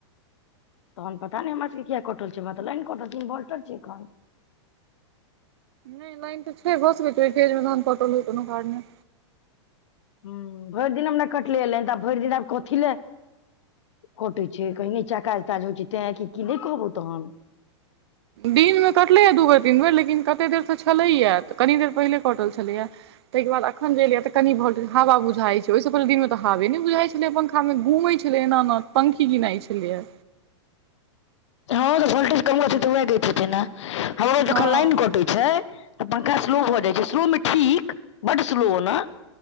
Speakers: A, on the left; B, on the right.
A: तहन पता नइ हमर सबके किया कटल छै हमरा तऽ लाइन कटल छै इन्वर्लटर छै एखन
B: नय लाइन तऽ छै भऽ सकैे ओय फेज मे तहन कटल होइ कोनो कारने
A: हुँ भरि दिन हमरा कटले य लाइन तऽ भइर दिन आब कथि लऽ कटै छै कहि निचा काज ताज होइ छै तै कि की नय कहबौ तहन
B: दिनमे कटलै य दू बेर तीन बेर लेकिन कतेक देर तऽ छलैय यऽ तऽ कनी देर पहिनेे कटल छलैय ताहि बादखन जे एलै तऽ कनि वोलटेज हवा बुझाइ छै ओहिसँ पहिने दिन मे तऽ हावे नय बुझाइ छलै अपन मे घूमै छले एना एना पंखी गिनाइ छलैे यऽ
A: हँ तऽ वोल्टेज कम रहतै तऽ वैह दैत हेतै हमरो जखन
B: हँ
A: लाइन
B: हूँ
A: कटै छै तऽ पंखा स्लो
B: हूँ
A: भऽ जाइत छै स्लोमे ठीक बड्ड स्लो ओना